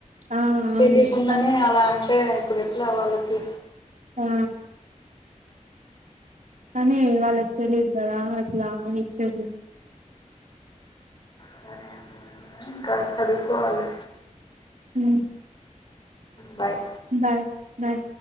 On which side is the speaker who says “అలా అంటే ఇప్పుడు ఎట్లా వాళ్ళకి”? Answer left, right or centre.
Left